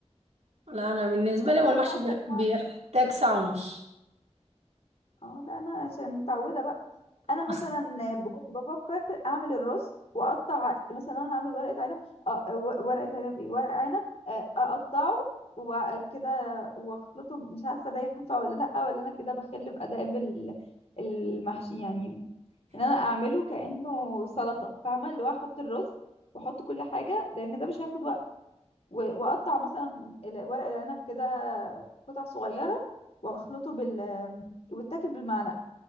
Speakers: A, on the right; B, on the left.
A: لا انا بالنسبه
B: في
A: لي
B: حاجات
A: هو المحشي
B: بقى
A: بي-
B: سريعه
A: بيحتاج ساعه ونص
B: اه لا انا عشان متعوده بقى انا
A: <laughs>
B: مثلا
A: اصلا
B: ب- كنت بفكر اعمل الرز واقطع مثلا انا هعمل ورقه عنب آه، و- ورقه عنب ايه ورق عنب آه، اقطعه وكده واخلطه مش عارفه ده ينفع ولا لا ولا انا كده بخل باداب ال- المحشي يعني ان انا اعمله كانه سلطه فاهمه اللي هو احط الرز واحط كل حاجه لان ده مش هياخد وقت و- واقطع مثلا ال- ورق العنب كده قطع صغيره واخلطه بال ويتاكل بالمعلقه